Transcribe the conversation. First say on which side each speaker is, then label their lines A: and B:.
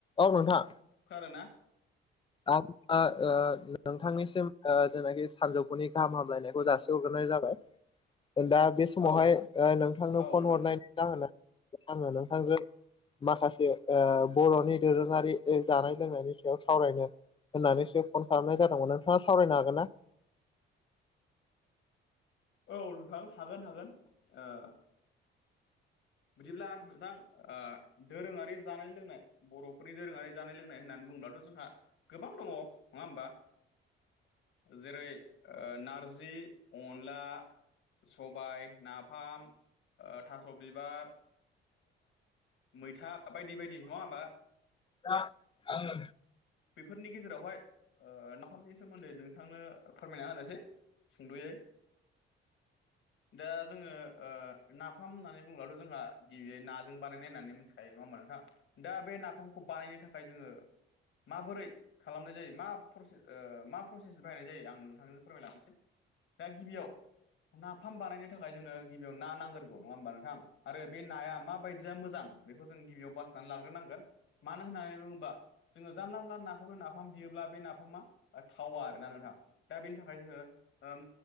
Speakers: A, on the left (about 25°); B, on the left (about 75°).
A: औ नोंथां
B: खोनादों ना?
A: आ आ अ आ नोंथांनिसिम ओ जेनाखि सानजौफुनि गाहाम हामलायनायखौ जासि हरग्रोनाय जाबाय। होमबा बे समावहाय ओ नोंथांनो
B: औ
A: फन
B: नोंथां
A: हरनायनि जाहोना आंङो नोथांजों माखासे आ बर'नि दोरोङारि जानाय लोंनायनि सायाव सावरायनो होननानैसो फन खालामनाय जादोंमोन नोंथाङा सावरायनो हागोन ना?
B: औ नोंथां हागोन हागोन। ओ- बिदिब्ला नोंथां ओ-दोरोङारि जानाय लोंनाय बर'फोरनि दोरोङारि जानाय लोंनाय होननानै बुङोब्लाथ' जोंहा गोबां दङ नङा होमबा? जेरै ओ-नारजि, अनला। सबाय, नाफाम, ओ-थास' बिबार। मैथा बायदि बायदि नङा होमबा?
A: दा आङो
B: बेफोरनि गेजेरावहाय ओ-नाफामनि सोमोन्दै नोंथांनो फोरमायना होनोसै। सुंद'यै दा जोङो ओ-नाफाम होननानै होमब्लाथ' जोंहा गिबियै नाजों बानायनाय होननानै मिथिखायो नङा होनबा नोंथां? दा बे नाफामखौ बानायनो थाखाय जोङो। माबोरै खालामनाय जायो? मा प्रसेस ओ-मा? प्रसेसजों बाहायनाय जायो। आं नोंथांनो फोरमायलांनोसै दा गिबियाव नाफाम बानायनो थाखाय जोंनो गिबियाव ना नांग्रोगौ नङा होमबा नोंथां? आरो बे नाया माबायदिया मोजां बेखौ जों गिबियाव बासिनानै लाग्रोनांगोन। मानो होननानै बुङोबा जोङो जानला मोनला नाखौनो नाफाम देयोब्ला बे नाफामा ओ-थावा आरोना नोंथाङ दा बेनि थाखाय जोङो ओम।